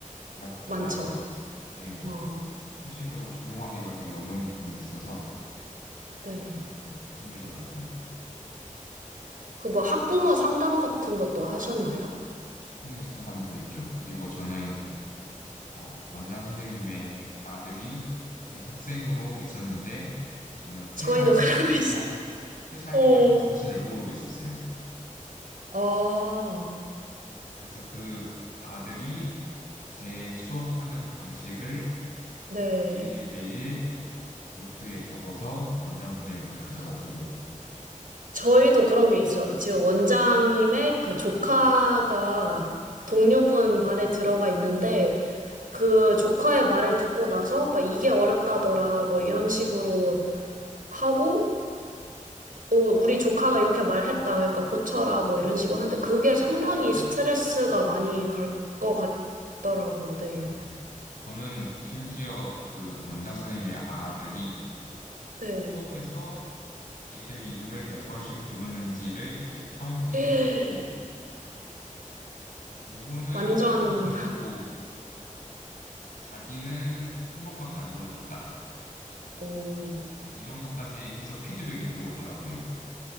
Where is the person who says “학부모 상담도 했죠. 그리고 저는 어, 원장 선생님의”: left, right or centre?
Left